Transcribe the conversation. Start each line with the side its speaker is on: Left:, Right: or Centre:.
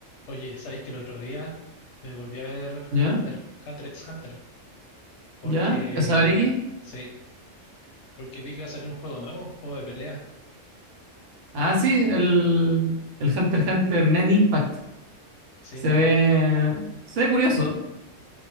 Left: Oye, ¿sabéis que el otro día me volví a ver
Right: ¿Ya?
Left: Hunter, Hunter x Hunter? Porque,
Right: ¿Ya? ¿Cazador X?
Left: sí, porque vi que iba a salir un juego nuevo, un juego de pelea.
Right: Ah, sí, el, el Hunter x Hunter Nen Impact.
Left: Sí,
Right: Se
Left: no,
Right: ve, se ve curioso.